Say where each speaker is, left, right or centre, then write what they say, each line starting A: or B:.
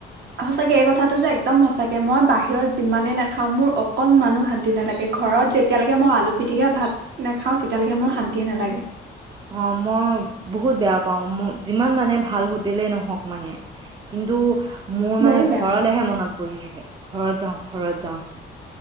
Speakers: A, on the right (about 60°); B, on the right (about 25°).
A: সঁচাকে এই কথাটো যে একদম সঁচাকে মই বাহিৰত যিমানে নাখাওঁ মোৰ অকনমানো শান্তি নালাগে ঘৰত যেতিয়ালৈকে মই আলু পিটিকা ভাত নাখাওঁ তেতিয়ালৈকে মোৰ শান্তিয়ে নালাগে।
B: অ' মই বহুত বেয়া পাও যিমান মানে ভাল হোটেলে নহওক মানে কিন্তু। মোৰ
A: ময়ো
B: মানে
A: বেয়া
B: ঘৰলেহে
A: পাওঁ
B: মনত পৰি থাকে। ঘৰত যাও ঘৰত যাও।